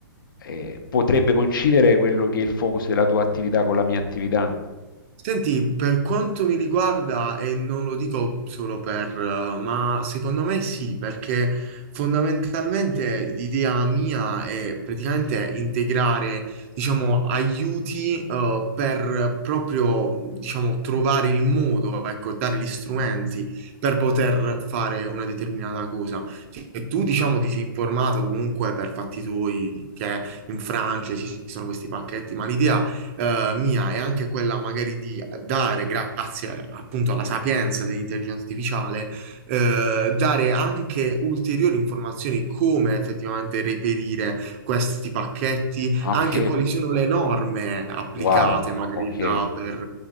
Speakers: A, on the left (about 65°); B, on the right (about 35°).
A: eh, potrebbe coincidere quello che è il focus della tua attività con la mia attività?
B: Senti, per quanto mi riguarda, e non lo dico solo per, eh, ma secondo me sì, perché fondamentalmente l'idea mia è praticamente integrare, diciamo, aiuti, eh, per proprio, diciamo, trovare il modo, ecco, dare gli strumenti per poter fare una determinata cosa. Cioè, tu, diciamo, ti sei informato comunque per fatti tuoi che in Francia esistono questi pacchetti, ma l'idea eh, mia è anche quella magari di dare, grazie appunto alla sapienza dell'intelligenza artificiale, eh, dare anche ulteriori informazioni come effettivamente reperire questi pacchetti,
A: Ok,
B: anche quali sono le norme applicate
A: wow,
B: magari
A: ok,
B: là per,